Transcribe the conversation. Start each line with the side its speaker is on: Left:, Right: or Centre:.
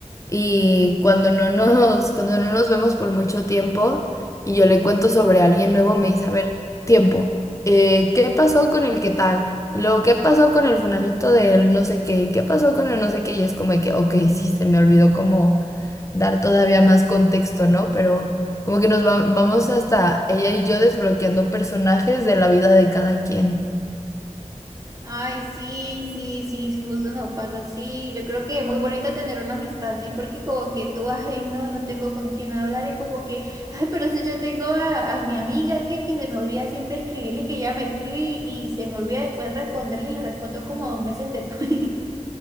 Left: Y cuando no nos, cuando no nos vemos por mucho tiempo y yo le cuento sobre alguien nuevo, me dice, a ver, tiempo, eh, ¿qué pasó con el qué tal? Y luego, ¿qué pasó con el funalito del no sé qué? ¿Qué pasó con el no sé qué? Y es como de que, ok, sí, se me olvidó como dar todavía más contexto, ¿no? Pero como que nos va- vamos hasta ella y yo desbloqueando personajes de la vida de cada quien.
Right: Ay, sí, sí, sí, sí, justo nos pasa así. Yo creo que es muy bonito tener una amistad así, porque como que tú, ay, no, no tengo con quién hablar, y como que, ay, pero si yo tengo a, a mi amiga que, que se me olvida siempre escribirle, que ella me escribe y, y se me olvida después responderle y le respondo como dos meses después. <laughs>